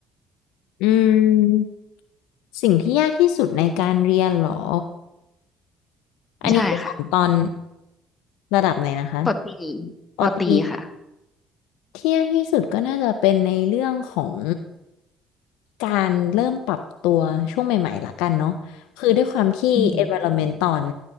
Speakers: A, on the left; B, on the left.
A: อืมสิ่งที่ยากที่สุดในการเรียนเหรอ อันนี้คือของตอน
B: ใช่ค่ะ
A: ระดับไหนนะคะ
B: ปอตรี
A: ปอตรี
B: ปอตรีค่ะ
A: เที่ยงที่สุดก็น่าจะเป็นในเรื่องของการเริ่มปรับตัวช่วงใหม่ๆละกันเนาะคือด้วยความที่
B: อืม
A: environment ตอน